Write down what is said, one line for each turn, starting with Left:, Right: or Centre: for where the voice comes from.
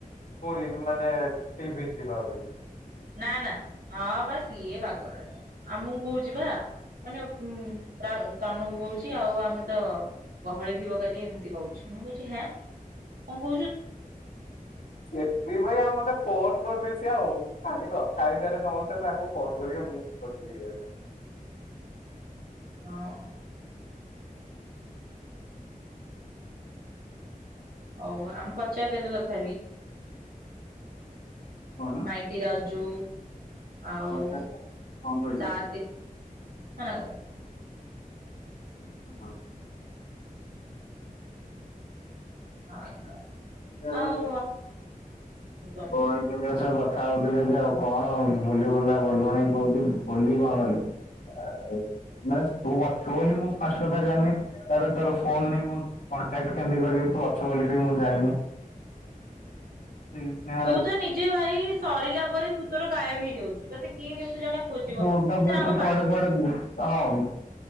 Left: ପୁରୀ ମାନେ ସି ବିଚ୍ ଯିବା ବୋଲି।
Right: ନା ନା ହଁ ବା ସିଏ ପାଗଳ ଟା ଆମକୁ କହୁଚି ବା ମାନେ ଉଁ ତା ତନୁକୁ କହୁଚି ଆଉ ଆମେ ତ ଗହଳି ଥିବ କାଲି ଏମିତି କହୁଚି ମୁଁ କହୁଚି ହେଁ କଣ କହୁଚୁ?
Left: ସେଥିପାଇଁ ଆଉ ମତେ ଫୋନ କରିନି ସିଏ ଆଉ, ଖାଲି କଥା ହେଇସାରେ ତମ ସହିତ ତାକୁ ଫୋନ କରିକି ମୁଁ ଶୋଧିବି ଆଗ।
Right: ହଁ ହଉ ଆମେ ପଚାରିଦେଲୁ ତଥାପି
Left: କଣ
Right: ମାଇଟି ରାଜୁ ଆଉ
Left: ପଚାରିଲ କଣ କହିଲେ?
Right: ସାତେ ହଣାଗଲା
Left: ହଁ
Right: ହଁ ଆଜ୍ଞା
Left: <unintelligible>
Right: ଆଉ ଆ
Left: କଥା ହଉଥିଲେ କି ଆଉ କଣ ବୁଲି ବଲା ଗଲୁଣି କହୁଛି ବୁଲି କଣ ଗଲି ମାନେ ତୁ ଅଛୁ ବୋଲି ମୁଁ ଫାଷ୍ଟ କଥା ଜାଣିନି ତାପରେ ତୋର ଫୋନ ନାଇଁ ମୁଁ କଣ୍ଟାକ୍ଟ କେମିତି କରିବି ତୁ ଅଛୁ ବୋଲି ବି ମୁଁ ଜାଣିନି। ସେ ସ
Right: ତୁ ତ ନିଜେ ଭାଇ ସରିଲା ପରେ ତୁ ତୋର ଗାୟବ ହେଇଯାଉଛୁ। ତତେ କିଏ କିମିତି ଜଣେ ଖୋଜିବ।
Left: ତୋଟା
Right: ସିନା
Left: ତୁ
Right: ଆମ
Left: କୁଆଡ଼େ
Right: ପା
Left: କୁଆଡ଼େ ବୁ ହଁ